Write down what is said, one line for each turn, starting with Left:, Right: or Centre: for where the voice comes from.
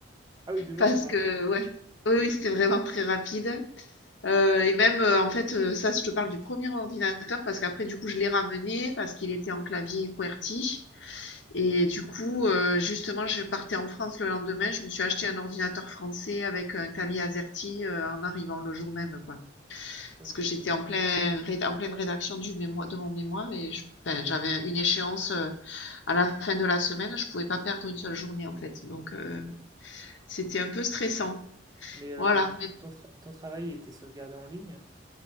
Right: Ah oui, deux jours,
Left: Parce
Right: c'était rapide.
Left: que ouais. Oui, oui, c'était vraiment très rapide. Heu et même, heu, en fait, heu, ça, je te parle du premier ordinateur parce qu'après du coup, je l'ai ramené parce qu'il était en clavier QWERTY et du coup, heu, justement, je partais en France le lendemain. Je me suis acheté un ordinateur français avec un clavier AZERTY, heu, en arrivant le jour même, quoi.
Right: Ok.
Left: Parce que j'étais en plein réd en pleine rédaction du mémoi de mon mémoire et je enfin, j'avais une échéance, heu, à la fin de la semaine. Je pouvais pas perdre une seule journée, en fait, donc heu, c'était un peu stressant.
Right: Mais euh,
Left: Voilà.
Right: du coup, ton, tra- ton travail il était sauvegardé en ligne?